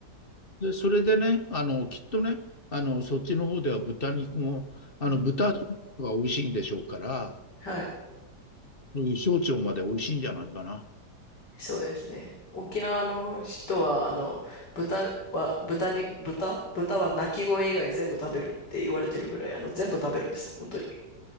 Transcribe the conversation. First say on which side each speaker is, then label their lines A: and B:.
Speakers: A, on the left; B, on the left.
A: で、それでね、あの、きっとね、あの、そっちの方では豚肉も、あの、
B: うん。
A: 豚の方が美味しいんでしょうから、
B: はい。
A: そういう小腸まで美味しいんじゃないかな。
B: そうですね。沖縄の人は、あの、豚は、豚に、豚豚は鳴き声以外全部食べるって言われてるぐらい、あの、全部食べるんですよ。本当に。